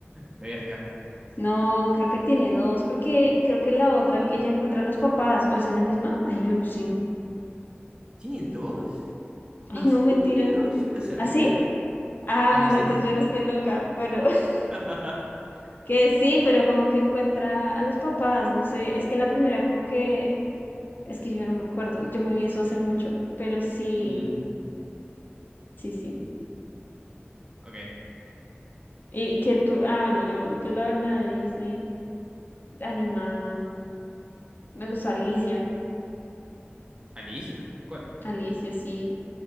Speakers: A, on the right; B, on the left.
A: Me voy a fijar.
B: No, creo que tiene dos, porque creo que en la otra ella encuentra a los papás, ¿o es en la misma? Ay, yo no sé.
A: ¿Tiene dos?
B: Ay,
A: Ah,
B: no,
A: sí,
B: mentira.
A: tiene dos. Yo no sabía.
B: ¿Ah, sí? Ah,
A: Ay,
B: bueno,
A: no sé.
B: entonces yo no estoy loca, pero <laughs>
A: <laughs>
B: que sí, pero como que encuentra a los papás, no sé, es que la primera como que, es que yo no me acuerdo, yo me vi eso hace mucho, pero sí,
A: Mm,
B: sí, sí.
A: ok.
B: Y que tú, ah, bueno, yo, yo la verdad de Disney animada, me gusta Alicia.
A: Alicia. ¿Cuál?
B: Alicia, sí.